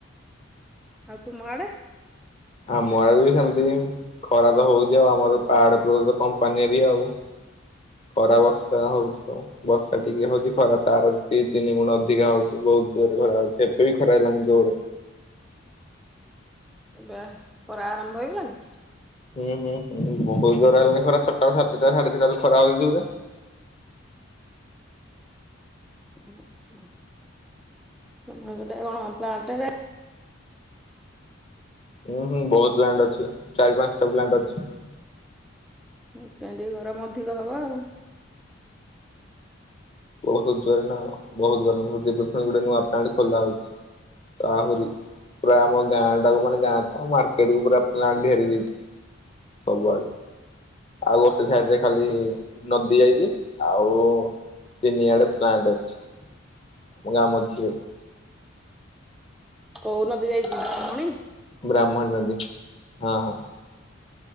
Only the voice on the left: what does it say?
ଆମ ଆଡେ ବି ସେମିତି କାଇଁ ଖରା ତ ହଉଛି ଆଉ ଆମର ପାହାଡତଳ କମ୍ପାନୀ ଏରିଆ। ଖରା ବର୍ଷା ହଉଛି ଆ ବର୍ଷା ଟିକେ ହଉଛି ଖରା ତାର ଦି ତିନି ଗୁଣ ଅଧିକା ହଉଛି। ବହୁତ ଜୋରେ ଖରା ହଉଚି ଏବେ ବି ଖରା ହେଲାଣି ଜୋରେ।
ହୁଁ ହୁଁ ବହୁତ ଜୋର ହେଲାଣି ଖରା ସକାଳ ସାତଟା ସାଢେ ଛଟାରୁ ଖରା ହଉଛି ଜୋରେ।
ଉଁ ହୁଁ ବହୁତ ପ୍ଲାଣ୍ଟ ଅଛି ଚାରି ପାଞ୍ଚଟା ପ୍ଲାଣ୍ଟ ଅଛି।
ବୋହୁତ୍ ଜୋର ନା ଆଉ ବହୁତ ଗରମ ହଉଚି ଏବେ ଫୁଣି ଗୋଟେ ନୂଆ ପ୍ଲାଣ୍ଟ ଖୋଲା ହଉଚି। ଆହୁରି ପୁରା ଆମ ଗାଁ ଟାକୁ ମାନେ ଗାଁ ଙ୍କ ମାର୍କେଟ କୁ ପୁରା ପ୍ଲାଣ୍ଟ ଘେରି ଦେଇଛି। ସବୁଆଡୁ। ଆଉ ଗୋଟେ ସାଇଡ ରେ ଖାଲି ନଦୀ ଯାଇଚି ଆଉ ତିନିଆଡେ ପ୍ଲାଣ୍ଟ ଅଛି ଆମ ଗାଁ ମଝିରେ।
ବ୍ରାହ୍ମଣୀ ନଦୀ ହଁ ହଁ।